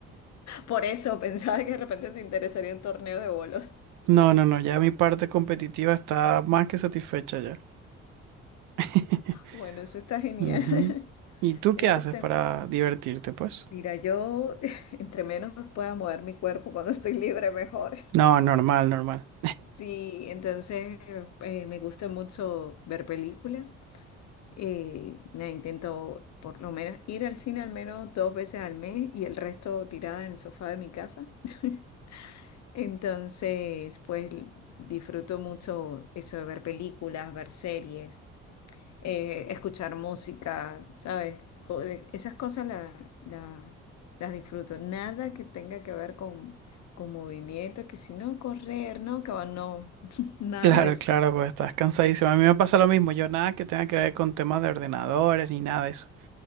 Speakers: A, on the left; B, on the right.
A: Por eso pensaba que de repente te interesaría un torneo de bolos.
B: No, no, no, ya mi parte competitiva está más que satisfecha ya. <laughs>
A: Bueno, eso está genial.
B: Ujú.
A: <laughs>
B: ¿Y tú qué
A: Eso
B: haces
A: está...
B: para divertirte, pues?
A: Mira, yo <laughs> entre menos pueda mover mi cuerpo cuando estoy libre, mejor.
B: No, normal, normal. <laughs>
A: Sí, entonces eh, me gusta mucho ver películas. Eh, nada, intento por lo menos ir al cine al menos dos veces al mes y el resto tirada en el sofá de mi casa. <laughs> Entonces, pues disfruto mucho eso de ver películas, ver series. eh, escuchar música, ¿sabes? Co- de- Esas cosas la- la- las disfruto. Nada que tenga que ver con, con movimientos, que si no, correr, no, que va, no, <laughs> nada
B: Claro,
A: de eso.
B: claro, pues estás cansadísimo. A mí me pasa lo mismo. Yo nada que tenga que ver con temas de ordenadores ni nada de eso,